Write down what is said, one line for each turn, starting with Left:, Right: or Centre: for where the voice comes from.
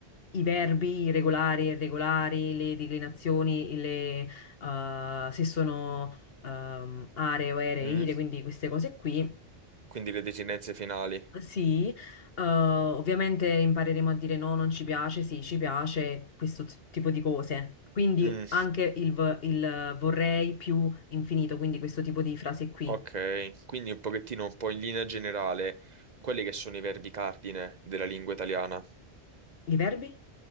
Left: i verbi regolari e irregolari, le declinazioni, le, eh, se sono ehm, aree o aeree,
Right: Mm,
Left: ire, quindi queste cose qui
Right: Quindi le desinenze finali.
Left: sì, eh, ovviamente impareremo a dire no, non ci piace, sì, ci piace, questo t- tipo di cose. Quindi
Right: Mm.
Left: anche il, v- il vorrei più infinito, quindi questo tipo di frase qui.
Right: Ok, quindi un pochettino, un po' in linea generale, quelli che sono i verbi cardine della lingua italiana,
Left: I verbi?